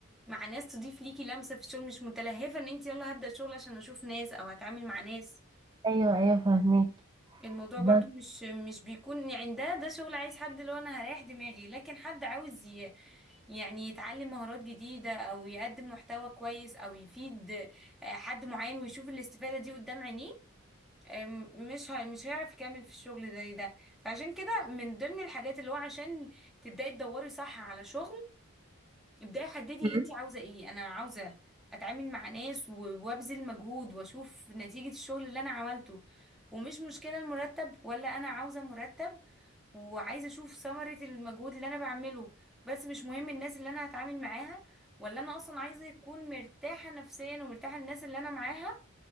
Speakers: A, in the centre; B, on the right.
A: مع ناس تضيف ليكي لمسة في الشغل مش متلهفة ان انتي يلا هبدأ شغل عشان اشوف ناس او هتعامل مع ناس
B: ايوه ايوه فاهمك
A: الموضوع
B: بس
A: برضو مش مش بيكون يعني ده ده شغل عايز حد اللي هو انا هريح دماغي لكن حد عاوز ي- يعني يتعلم مهارات جديدة او يقدم محتوى كويس او يفيد آه، حد معين ويشوف الاستفادة دي قدام عينيه آم، مش ه- مش هيعرف يكمل في الشغل ده ده فعشان كده من ضمن الحاجات اللي هو عشان تبدأي تدوري صح على شغل ابداي حددي
B: مم.
A: انت عاوزه ايه انا عاوزه اتعامل مع ناس و- وابذل مجهود واشوف نتيجه الشغل اللي انا عملته ومش مشكله المرتب ولا انا عاوزه مرتب وعايزه اشوف ثمره المجهود اللي انا بعمله بس مش مهم الناس اللي انا هتعامل معاها ولا انا اصلا عايزه اكون مرتاحه نفسيا ومرتاحه للناس اللي انا معاها